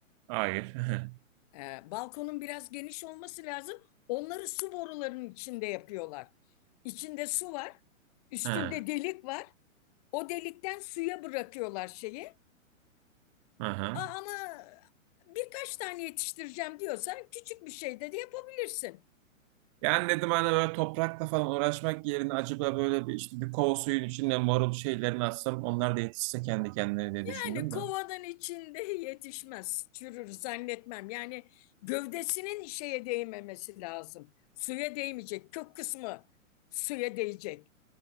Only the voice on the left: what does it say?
Ee, balkonun biraz geniş olması lazım. Onları su borularının içinde yapıyorlar. İçinde su var, üstünde
delik var. O delikten suya bırakıyorlar şeyi.
A- ama birkaç tane yetiştireceğim diyorsan küçük bir şey de de yapabilirsin.
Yani
kovanın
içinde yetişmez, çürür zannetmem. Yani gövdesinin şeye değmemesi lazım. Suya değmeyecek, kök kısmı suya değecek.